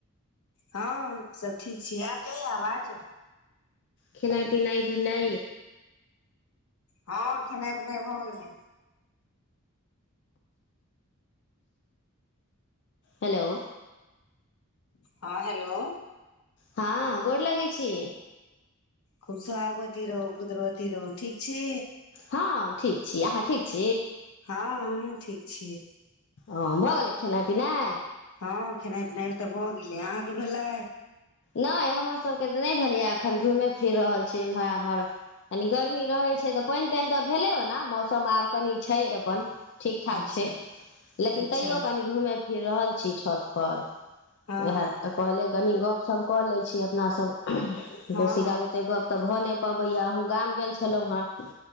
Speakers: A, on the left; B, on the left.
A: हँ सभ ठीक छीयै आब जाइया आवाज
B: खेनाइ पिनाइ भेलै
A: हँ खेनाइ पिनाइ भऽ गेलै
B: हेलो
A: हँ हेलो
B: हँ गोर लगै छी
A: खुब सुहागवती रहू पुत्रवती रहू ठीक छी
B: हँ ठीक छी अहाँ ठीक छी
A: हँ हमू ठीक छी
B: ओ भऽ गेल खेनाइ पिनाइ
A: हँ खेनाइ पिनाइ तऽ भऽ गेलै अहाँके भेलै
B: नइ हमर सबके तऽ नइ भेलैए एखन घूमे फिर रहल छियै एम्हर आम्हर कनी गर्मी रहै छै तऽ पानि तानि तऽ भेलै ओना मौसम आब कनि छै अपन ठीक ठाक
A: अच्छा
B: छै लेकिन
A: अच्छा
B: तैयो कनि घूमे फिर रहल छी छत पर
A: हँ
B: उएह तऽ कहले कनी गपशप कऽ लै छी अपना सब
A: हँ
B: बेसी काल ओते गप तऽ भऽ नइ पबैया अहुं गाम गेल छलहुँ हं